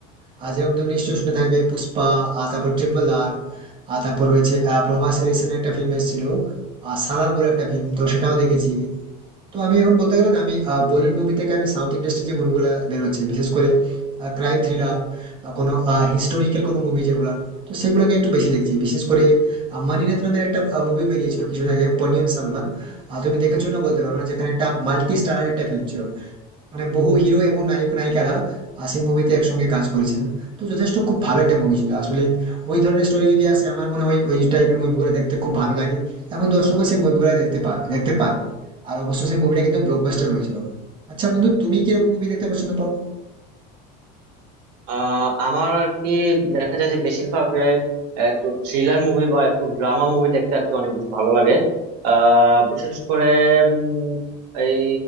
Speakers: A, on the right; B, on the right.
A: আর যেরকম তুমি নিশ্চয়ই শুনে থাকবে পুষ্পা আর তারপর ট্রিপল আর আর তারপর রয়েছে আহ, প্রভাসের রিসেন্ট একটা ফিল্ম এসেছিল আর সালার বলে একটা ফিল্ম তো সেটাও দেখেছি তো আমি এখন বলতে গেলে না আমি বলিউড মুভি থেকে আমি সাউথ ইন্ডাস্ট্রি যে মুভিগুলো বেরোচ্ছে বিশেষ করে ক্রাইম থ্রিলার বা কোনো হিস্টোরিক্যাল কোনো মুভি যেগুলা তো সেগুলোকে একটু বেশি দেখছি বিশেষ করে আহ, মানিরত্ নামের একটা মুভি বেরিয়েছিল কিছুদিন আগে পোন্নিয়িন সেলভান তুমি দেখেছো না বলতে পারবো না যেখানে একটা মাল্টি স্টারার একটা ফিল্ম ছিল মানে বহু হিরো এবং নায়ক নায়িকারা আহ, সেই মুভিতে একসঙ্গে কাজ করেছিলেন তো যথেষ্ট খুব ভালো একটা মুভি ছিল আসলে ওই ধরনের স্টোরি যদি আসে আমার মনে হয় ওই টাইপের মুভিগুলো দেখতে খুব ভালো লাগে এবং দর্শকও সেই মুভিগুলো দেখতে পারে দেখতে পারে আর অবশ্য সেই মুভিটা কিন্তু ব্লকবাস্টার হয়েছিল আচ্ছা বন্ধু তুমি কিরকম মুভি দেখতে পছন্দ পাও
B: আহ আমার আর কি দেখা যায় যে বেশিরভাগ আহ, একটু থ্রিলার মুভি বা একটু ড্রামা মুভি দেখতে আর কি অনেক বেশি ভালো লাগে আহ বিশেষ করে উম, এই